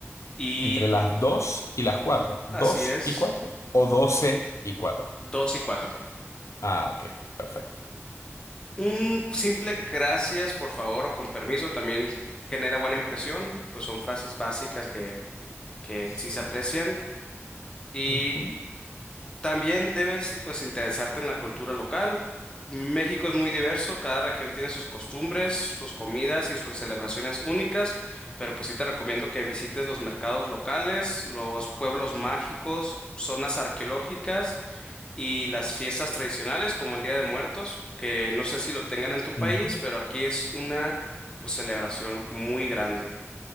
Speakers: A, on the left; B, on the left.
A: y
B: Entre las 2 y las cuatro dos
A: así es,
B: y 4 o 12 y cuatro
A: dos y cuatro.
B: Ah, ok, perfecto.
A: Un simple gracias, por favor, o con permiso también genera buena impresión, pues son frases básicas que, que
B: Sí.
A: sí se aprecian. Y
B: Ujú.
A: también debes pues interesarte en la cultura local. México es muy diverso, cada región tiene sus costumbres, sus comidas y sus celebraciones únicas, pero pues sí te recomiendo que visites los mercados locales, los pueblos mágicos, zonas arqueológicas y las fiestas tradicionales como el Día de Muertos, que no sé si lo tengan en tu país,
B: Ujú.
A: pero aquí es una pues celebración muy grande.